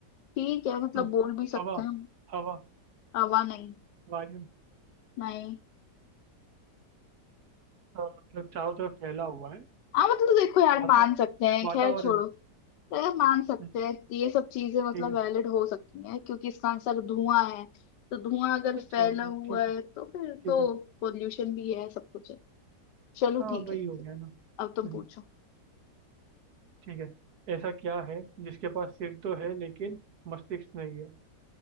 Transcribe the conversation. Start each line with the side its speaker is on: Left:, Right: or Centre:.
Left: ठीक है मतलब
Right: हम्म,
Left: बोल भी सकते
Right: हवा
Left: हैं हम
Right: हवा
Left: हवा नहीं
Right: वायु
Left: नहीं
Right: अ, मतलब चारों तरफ फैला हुआ है
Left: हाँ मतलब तो देखो यार
Right: वाता
Left: मान सकते हैं
Right: वातावरण
Left: खैर छोड़ो अरे मान सकते
Right: हम्म,
Left: हैं ये सब चीजें मतलब
Right: ठीक है
Left: वैलिड हो सकती हैं क्योंकि इसका आंसर धुआं है तो धुआं अगर
Right: अच्छा
Left: फैला
Right: भाई
Left: हुआ
Right: ठीक
Left: है
Right: है
Left: तो फिर
Right: ठीक
Left: तो
Right: है
Left: पोल्यूशन भी है सब कुछ है चलो
Right: हाँ
Left: ठीक
Right: वही
Left: है
Right: हो गया ना
Left: अब तुम
Right: हम्म,
Left: पूछो
Right: ठीक है ऐसा क्या है जिसके पास सिर तो है लेकिन मस्तिष्क नहीं है